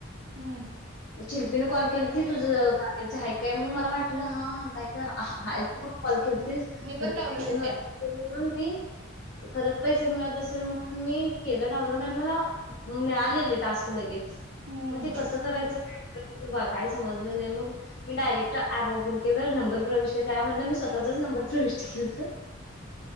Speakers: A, on the right; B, on the left.
A: हम्म
B: शिल्पीने कॉल केलं त तुझ आहे काय मग मला वाट हा काय काय पण कॉल केली
A: हम्म
B: तस
A: मी
B: खरं
A: पण लावलेलो
B: पैसे
A: घे
B: मी. खरंच पैसे मिळत असेल मग मी केलं डाऊनलोड आणि मला मिळालेले टास्क लगेच
A: हम्म
B: मग ते कसं करायचं काय समजलं नाही मग मी डायरेक्ट ऍप ओपन केलं नंबर प्रवेश म्हणल मी स्वःचाच नंर प्रवेश च